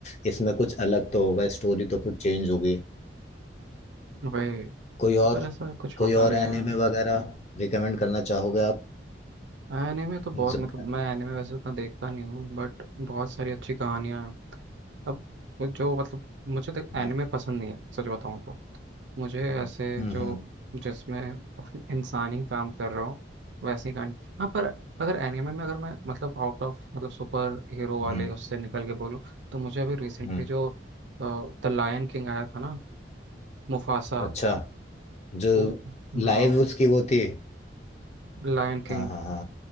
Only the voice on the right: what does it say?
वही
पर ऐसा कुछ
होता
नहीं
है
एनीमे तो बहुत
मतलब मैं एनीमे वैसे उतना देखता नहीं हूँ बट बहुत सारी अच्छी कहानियाँ हैं अब जो मतलब मुझे तो
एनीमे पसंद नहीं है सच बताऊँ तो मुझे
ऐसे जो
जिसमें <laughs> इंसान ही काम कर रहा हो वैसी कहानी हाँ पर अगर एनीमे में अगर मैं मतलब आउट ऑफ मतलब सुपर हीरो वाले
उससे निकल के बोलूँ तो मुझे अभी रिसेंटली
जो द लायन किंग आया था ना मुफासा
वो हाँ
लायन किंग